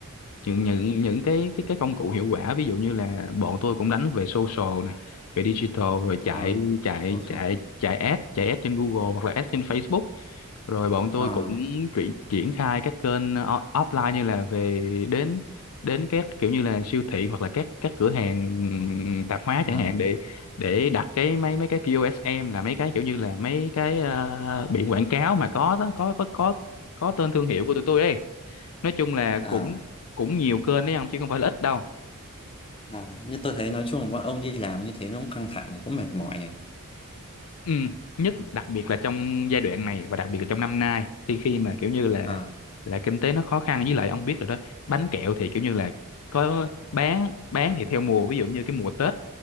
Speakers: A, on the left (about 70°); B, on the left (about 25°).
A: những những những cái cái cái công cụ hiệu quả ví dụ như là bọn tôi cũng đánh về social này về digital rồi
B: ờ,
A: chạy chạy
B: thôi
A: chạy chạy ads chạy ads trên Google hoặc là ads trên Facebook rồi bọn tôi
B: ờ
A: cũng triển triển khai các kênh o- offline như là về đến đến các kiểu như là siêu thị hoặc là các các cửa hàng tạp hóa
B: ờ
A: chẳng hạn để để đặt cái mấy mấy cái pê ô ét em là mấy cái kiểu như là mấy cái ờ, biển quảng cáo mà có có có có có tên thương hiệu của tụi tôi ấy nói chung là
B: ờ
A: cũng cũng nhiều kênh đấy không chứ không phải là ít đâu
B: ờ. như tôi thấy nói chung là bọn ông đi làm như thế nó cũng căng thẳng thì cũng mệt mỏi này
A: Ừ, nhất đặc biệt là trong giai đoạn này và đặc biệt là trong năm nay thì khi mà kiểu như là
B: Ờ,
A: là kinh tế nó khó khăn với lại ông biết rồi đó bánh kẹo thì kiểu như là có bán bán thì theo mùa ví dụ như cái mùa Tết